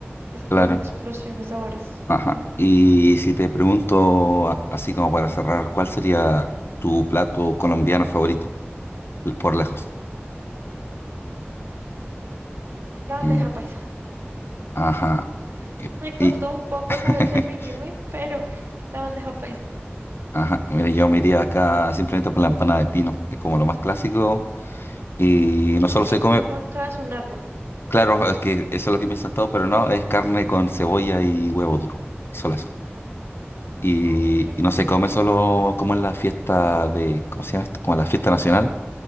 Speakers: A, on the right; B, on the left.
A: es como
B: claro,
A: una explosión de sabores
B: ajá,
A: en tu
B: y
A: boca.
B: si te pregunto a- así como para cerrar, ¿cuál sería tu plato colombiano favorito, l- por lejos?
A: La bandeja
B: Mm,
A: paisa.
B: ajá.
A: <laughs>
B: Y,
A: Me costó
B: y-
A: un poco
B: <laughs>
A: saber definirme, pero la bandeja paisa.
B: Ajá, mira, yo me iría acá simplemente por la empanada de pino, es como lo más clásico. Y no
A: Es
B: solo
A: que
B: se
A: pino
B: come,
A: acá es un árbol.
B: claro, es que eso es lo que piensan todos, pero no, es carne con cebolla y huevo duro, y solo eso. Y,
A: Ok,
B: y no se come solo como en la fiesta de, ¿cómo se llama esto? Como en la fiesta nacional,